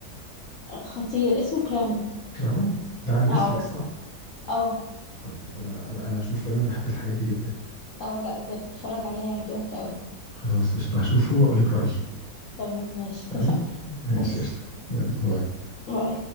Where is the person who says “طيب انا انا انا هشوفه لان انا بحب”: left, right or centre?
Left